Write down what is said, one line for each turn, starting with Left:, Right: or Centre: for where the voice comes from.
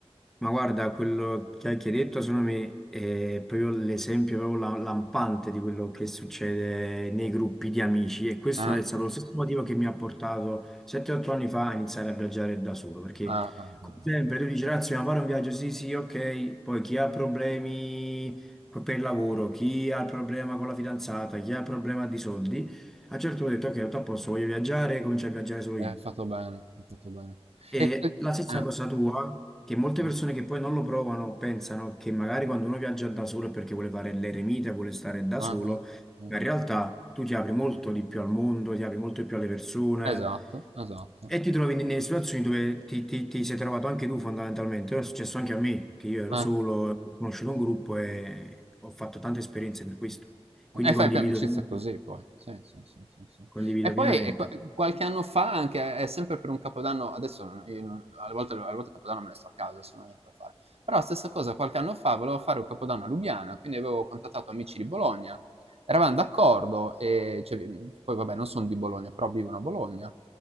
Centre: Ma guarda, quello che hai che hai detto secondo me è proprio l'esempio proprio la- lampante di quello che succede nei gruppi di amici e questo
Right: Ah,
Centre: è stato lo stesso motivo che mi ha portato 7-8 anni fa a iniziare a viaggiare da solo, perché
Right: ah, ah,
Centre: come
Right: ah.
Centre: sempre tu dici, ragazzi, ma fare un viaggio, sì, sì, ok, poi chi ha problemi co- per il lavoro, chi ha il problema con la fidanzata, chi ha il problema di soldi, a un certo punto ho detto, ok, tutto a posto, voglio viaggiare, comincio a viaggiare solo
Right: Eh,
Centre: io.
Right: Hai fatto bene, hai fatto bene.
Centre: E
Right: E, e-
Centre: la stessa
Right: eh,
Centre: cosa tua, che molte
Right: eh,
Centre: persone che poi non lo provano pensano che magari quando uno viaggia da solo è perché vuole fare l'eremita, vuole stare da
Right: ah,
Centre: solo,
Right: ah, ah,
Centre: ma in
Right: ah.
Centre: realtà tu ti apri molto di più al mondo, ti apri molto di più alle persone
Right: Esatto, esatto.
Centre: e ti trovi in- nelle situazioni dove ti, ti- ti sei trovato anche tu fondamentalmente. È successo anche a me, che io ero
Right: Eh.
Centre: solo, ho conosciuto un gruppo e ho fatto tante esperienze per questo. Quindi
Right: E fai
Centre: condivido,
Right: più amicizia
Centre: pien-
Right: così poi. Sì, sì, sì, sì, sì.
Centre: condivido
Right: E poi
Centre: pienamente.
Right: e qua- eh, qualche anno fa anche, eh, è sempre per un capodanno, adesso non- io non- alle volte, alle volte il capodanno me ne sto a casa, se non ho niente da fare. Però stessa cosa, qualche anno fa volevo fare un capodanno a Lubiana, quindi avevo contattato amici di Bologna, eravamo d'accordo, e, cioè, che poi vabbè non sono di Bologna, però vivono a Bologna.